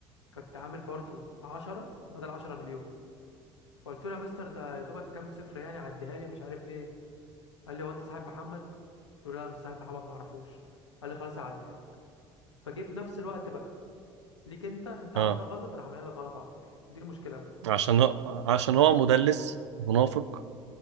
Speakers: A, on the left; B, on the right.
A: كنت عامل برضو 10 بدل 10 مليون فقلت له يا مستر ده يا دوبك كام صفر يعني عديها لي مش عارف ايه قال لي هو انت صاحب محمد قلت له لا انا مش صاحب محمد ما اعرفوش قال لي خلاص هعديها لك فجه في نفس الوقت بقى ليك انت انت عملتها
B: اه
A: غلط راح عاملها لك غلط على طول دي المشكلة بقى
B: عشان هو- عشان هو مدلس منافق